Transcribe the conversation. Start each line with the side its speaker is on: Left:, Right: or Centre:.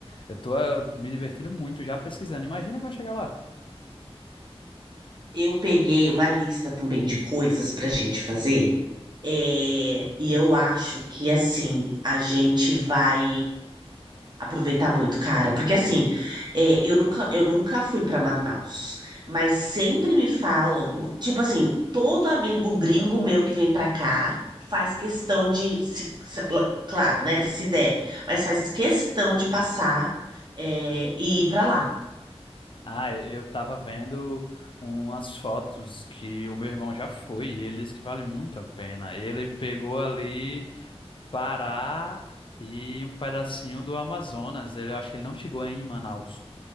Left: Eu tô, eh, me divertindo muito já pesquisando. Imagina quando chegar lá.
Right: Eu peguei uma lista também de coisas pra gente fazer. é, e eu acho que assim a gente vai. Aproveitar muito, cara, porque assim, é, eu nunca, eu nunca fui para Manaus, mas sempre me falam, tipo assim, todo amigo gringo meu que vem para cá faz questão de, se- se- claro, né, se der, mas faz questão de passar, é, e ir para lá,
Left: Ah, eu tava vendo umas fotos que o meu irmão já foi e ele disse que vale muito a pena. Ele pegou ali Pará e um pedacinho do Amazonas. Ele, eu acho que ele não chegou aí em Manaus,